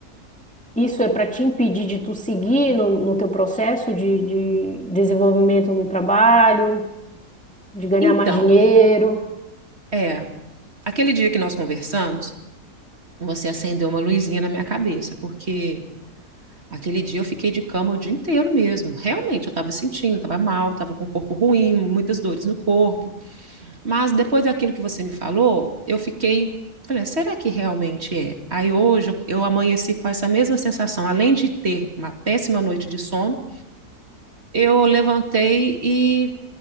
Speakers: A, in the centre; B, on the right.
A: isso é para te impedir de tu seguir no, no teu processo de, de desenvolvimento no trabalho, de ganhar
B: Então,
A: mais dinheiro?
B: é, aquele dia que nós conversamos, você acendeu uma luzinha na minha cabeça, porque Aquele dia eu fiquei de cama o dia inteiro mesmo. Realmente, eu estava sentindo, estava mal, estava com o corpo ruim, muitas dores no corpo. Mas depois daquilo que você me falou, eu fiquei. Falei, "Ah, será que realmente é? Aí hoje eu, eu amanheci com essa mesma sensação. Além de ter uma péssima noite de sono, eu levantei e